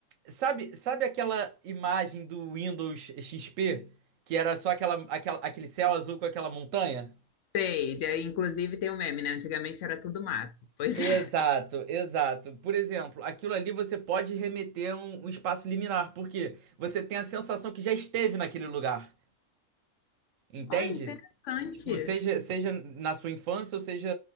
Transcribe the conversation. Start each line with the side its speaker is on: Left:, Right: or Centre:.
Right: sabe, sabe aquela imagem do Windows XP que era só aquela, aquela, aquele céu azul com aquela montanha?
Left: Sei, daí, inclusive tem um meme, né? Antigamente era tudo mato. Pois
Right: Exato,
Left: é.
Right: exato. Por exemplo, aquilo ali você pode remeter a um, um espaço liminar, porque você tem a sensação que já esteve naquele lugar. Entende?
Left: <laughs> Olha, interessante.
Right: Tipo, seja, seja na sua infância ou seja